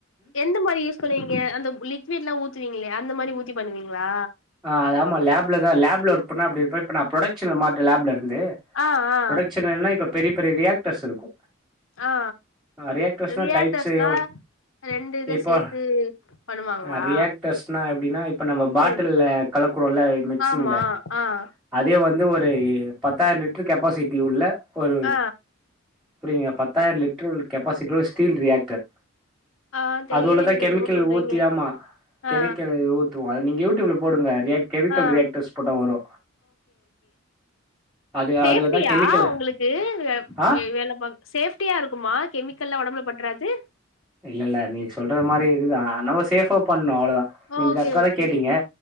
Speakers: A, on the left; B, in the centre.
A: இந்த மாறி யூஸ் பண்ணுவீங்க அந்த லிக்விடுலா ஊத்துவீங்களே அந்த மாறி ஊத்தி பண்ணுவீங்ளா
B: ஆ ஆமா லேப்ல தா லேப்ல ஒர்க் பண்ணா அப்டி இருப்ப இப்போ நா புரொடக்ஷன் ல மாற்ட‌ லேப்ல இருந்து
A: ஆ ஆ
B: புரொடக்ஷனல்லா இப்ப பெரிய பெரிய ரியாக்டர்ஸ் இருக்கு
A: ஆ
B: ஆரே பிரசாத்
A: ரியாக்டர்ஸ்னா
B: டைப்ஸ் செய்யோடு
A: ரெண்டு இத
B: இப்போ
A: சேத்து பண்ணுவாங்களா
B: அ ரியாக்டர்ஸ்னா எப்டின்னா இப்ப நம்ம பாட்
A: ம்
B: டில்ல கலக்குரோல மிக்சிங்ல
A: ஆமா ஆ
B: அதே வந்து ஒரு பத்தாயிரோ லிட்டர் கெப்பாசிட்டி உள்ள ஒரு
A: ஆ
B: புரிங்க பத்தாயிர லிட்டரு கெப்பாசிட்டி உள்ள ஸ்டீல் ரியாக்டர்
A: ஆ தெரியல
B: அது உள்ள தா
A: நீங்க
B: கெமிக்கல்
A: என்னமோ சொல்றீங்க
B: ஊத்தி ஆமா கெமிக்கல்
A: ஆ
B: ஊத்துவோ அது நீங்க உட் உள்ள போடுங்க கெமிக்கல்
A: ஆ
B: ரியாக்டர்ஸ் போட்ட வரு அது
A: சேஃப்ட்டியா
B: அதுலதா கெமிக்கல்
A: உங்ளுக்கு
B: ஆ
A: வே வேல பாக் சேஃப்டியா இருக்குமா கெமிக்கல்லா ஒடம்புல பட்றாது
B: இல்ல இல்ல நீங்க சொல்ற மாறி இதுதா நம்ம சேஃபா பண்ணோ அவ்ளோ தா நீங்க
A: ஓகே
B: கரெக்டா
A: ஓகே
B: தா கேட்டீங்க